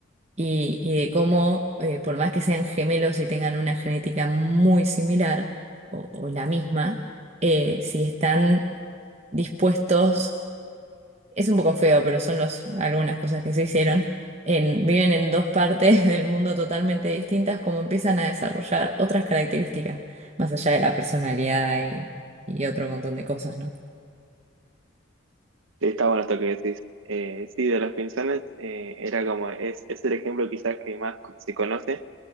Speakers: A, on the right (about 30°); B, on the right (about 75°).
A: y, y de cómo, eh, por más que sean gemelos y tengan una genética muy similar o, o la misma, eh, si están dispuestos, es un poco feo, pero son los, algunas cosas que se hicieron, en, viven en dos partes <laughs> del mundo totalmente distintas, como empiezan a desarrollar otras características, más allá de la personalidad y, y otro montón de cosas, ¿no?
B: Sí, está bueno esto que decís. Eh, sí, de los pinzones eh, era como, es, es el ejemplo quizás que más se conoce.